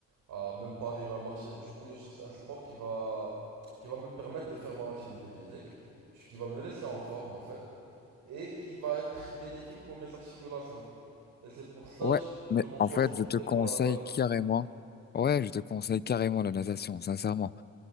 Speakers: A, on the right; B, on the left.
A: à même pas arriver à marcher. Du coup, je cherche un sport qui va, qui va me permettre de faire mon activité physique, qui va me laisser en forme en fait, et qui va être bénéfique pour mes articulations. Et c'est pour ça
B: ouais
A: j'ai-
B: mais
A: que mon
B: en
A: choix
B: fait
A: s'est porté
B: je te conseille
A: pour la natation.
B: carrément ouais je te conseille carrément la natation sincèrement